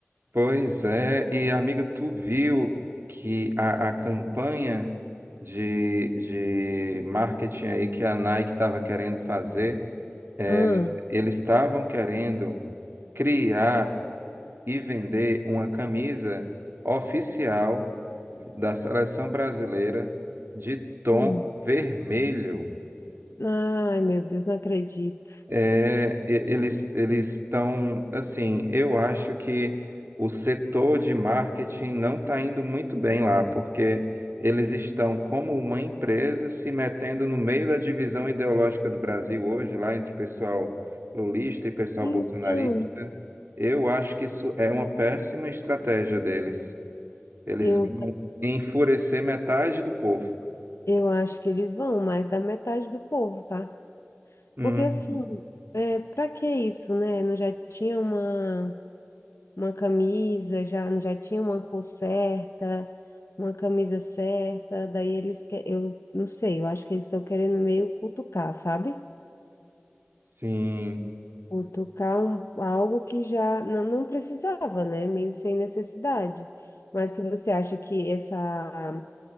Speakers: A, on the right; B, on the left.
A: Pois é, e amiga, tu viu que a, a campanha de, de marketing aí que a Nike estava querendo fazer, é,
B: Ah,
A: eles estavam querendo. criar e vender uma camisa oficial da seleção brasileira de tom
B: hum.
A: vermelho.
B: Ai, meu Deus, não acredito.
A: É, e- eles eles estão assim, eu acho que o setor de marketing não está indo muito bem lá, porque eles estão como uma empresa se metendo no meio da divisão ideológica do Brasil hoje, lá entre o pessoal lulista e pessoal
B: Então,
A: bolsonarista. Eu acho que isso é uma péssima estratégia deles. Eles
B: eu,
A: vão enfurecer metade do povo.
B: eu acho que eles vão, mais da metade do povo, tá?
A: Uhum.
B: Porque assim, é, para que isso, né? Não já tinha uma. uma camisa, já, já tinha uma cor certa, uma camisa certa, daí eles que eu não sei, eu acho que eles estão querendo meio cutucar, sabe?
A: Sim.
B: Cutucar um, algo que já não, não precisava, né? Meio sem necessidade. Mas que você acha que essa